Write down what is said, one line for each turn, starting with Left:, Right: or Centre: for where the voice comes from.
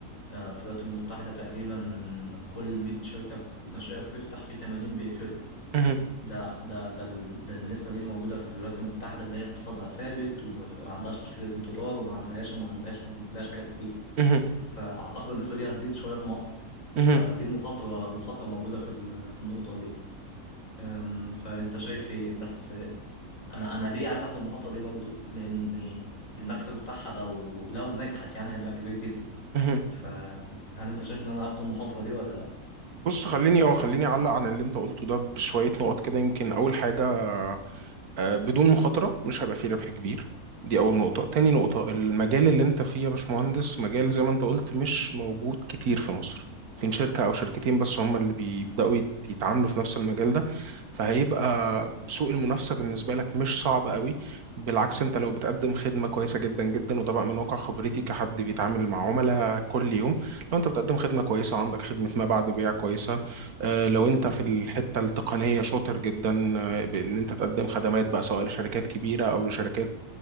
Left: آه، في الولايات المتحدة تقريبا كل 100 شركة ناشئة بتفتح في 80 بيقفلوا
Right: مهم.
Left: ده ده ده ال- ده النسبة دي موجودة في الولايات المتحدة اللي هي اقتصادها ثابت وما في- ما عندهاش مشكلة دولار وما عندهاش وما عندهاش وما عندهاش حاجات كتير
Right: مهم.
Left: فأعتقد النسبة دي هتزيد شوية في مصر
Right: مهم.
Left: فدي المخاطرة المخاطرة موجودة في ال- في النقطة دي أم، فأنت شايف إيه بس أنا أنا ليه عايز أخد المخاطرة دي برضه لأن المكسب بتاعها لو لو نجحت يعني هيبقى كبير جدا
Right: مهم.
Left: فهل أنت شايف إن أنا أخد المخاطرة دي ولا
Right: بص خليني او خليني اعلق عن اللي انت قلته ده بشوية نقط كده يمكن اول حاجة آه، بدون مخاطرة مش هيبقى فيه ربح كبير دي أول نقطة تاني نقطة المجال اللي أنت فيه يا باشمهندس مجال زي ما أنت قلت مش موجود كتير في مصر يمكن شركة أو شركتين بس هم اللي بيبدأوا يت- يتعاملوا في نفس المجال ده فهيبقى سوق المنافسة بالنسبة لك مش صعب قوي بالعكس أنت لو بتقدم خدمة كويسة جدا جدا وده بقى من واقع خبرتي كحد بيتعامل مع عملاء كل يوم لو أنت بتقدم خدمة كويسة وعندك خدمة ما بعد بيع كويسة آه، لو انت في الحته التقنيه شاطر جدا آه، بان انت تقدم خدمات بقى سواء لشركات كبيره او لشركات